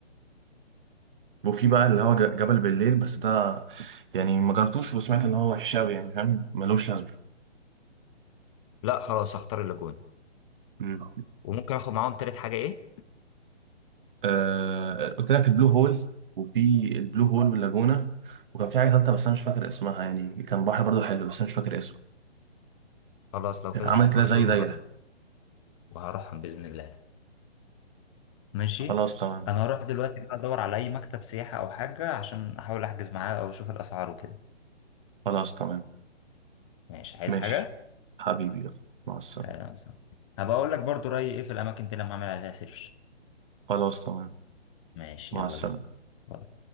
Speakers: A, on the right; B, on the left.
A: وفي بقى اللي هو ج- جبل بالليل بس ده يعني ما جربتوش وسمعت ان هو وحش أوي يعني فاهم ملوش لازمه
B: لا خلاص هختار اللاجونة
A: مم.
B: وممكن آخد معاهم تالت حاجة إيه؟
A: آه قلت لك البلو هول وفي البلو هول واللاجونة وكان في حاجة تالتة بس أنا مش فاكر اسمها يعني كان بحر برضو حلو بس أنا مش فاكر اسمه
B: خلاص لو
A: كان
B: كده
A: عمل
B: هختار
A: كده زي
B: دول
A: دايرة
B: وه- وهروحهم بإذن الله ماشي
A: خلاص تمام
B: انا هروح دلوقتي بقى ادور على اي مكتب سياحة او حاجة عشان احاول احجز معاه او اشوف الاسعار وكده
A: خلاص تمام
B: ماشي عايز
A: ماشي
B: حاجة
A: حبيبي يلا مع السلامة
B: سلام سلام. هبقى اقول لك برضو رأيي ايه في الاماكن دي لما اعمل عليها سيرش
A: خلاص تمام
B: ماشي
A: مع
B: يلا
A: السلامة
B: بينا باي.